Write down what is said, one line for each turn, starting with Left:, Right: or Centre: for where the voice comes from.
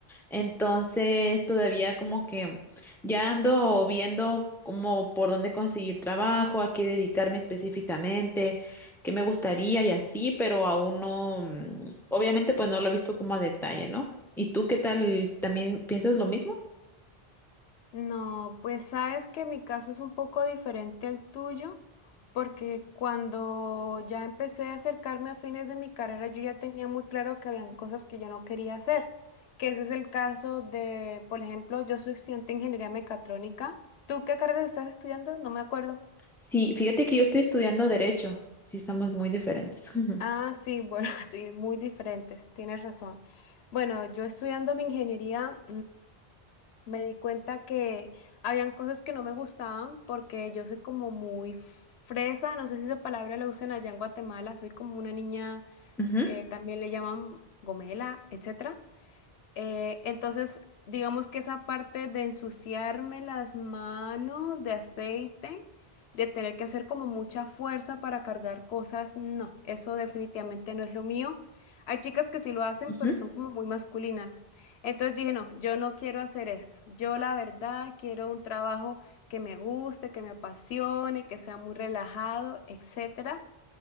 Centre: Entonces, todavía como que ya ando viendo como por dónde conseguir trabajo, a qué dedicarme específicamente, qué me gustaría y así, pero aún no, mm, obviamente pues no lo he visto como a detalle, ¿no? ¿Y tú qué tal? ¿También piensas lo mismo?
Left: No, pues sabes que mi caso es un poco diferente al tuyo, porque cuando ya empecé a acercarme a fines de mi carrera, yo ya tenía muy claro que habían cosas que yo no quería hacer, que ese es el caso de, por ejemplo, yo soy estudiante de ingeniería mecatrónica. ¿Tú qué carrera estás estudiando? No me acuerdo.
Centre: Sí, fíjate que yo estoy estudiando derecho. Sí, estamos muy diferentes. <laughs> Ujú,
Left: Ah, sí, bueno, <laughs> sí, muy diferentes, tienes razón. Bueno, yo estudiando mi ingeniería, me di cuenta que habían cosas que no me gustaban porque yo soy como muy fresa, no sé si esa palabra la usan allá en Guatemala, soy como una niña,
Centre: Ujú,
Left: eh, también le llaman gomela, etcétera eh, entonces, digamos que esa parte de ensuciarme las manos de aceite, de tener que hacer como mucha fuerza para cargar cosas, no, eso definitivamente no es lo mío. Hay chicas que sí lo hacen,
Centre: ujú.
Left: pero son como muy masculinas. Entonces dije, no, yo no quiero hacer esto. Yo la verdad quiero un trabajo que me guste, que me apasione, que sea muy relajado, etcétera